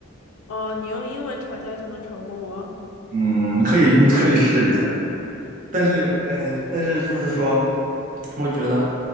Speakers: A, on the left; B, on the right.
A: 哦，你用英文吵架就能吵过我？
B: 嗯，可以，可以试一下。但是，哎呀，但是就是说，我觉得